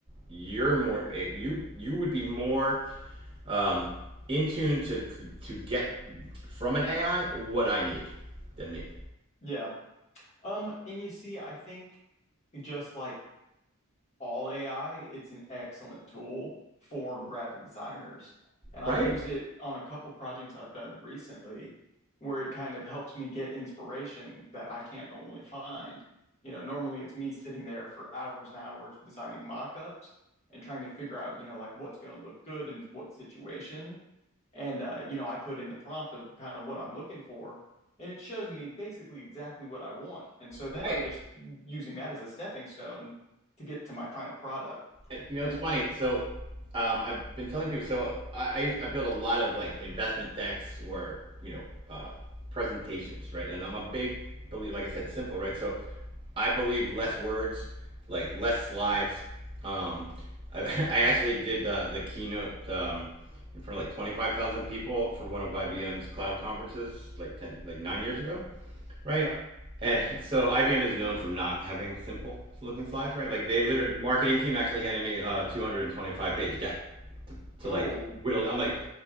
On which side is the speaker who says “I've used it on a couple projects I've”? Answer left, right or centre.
Left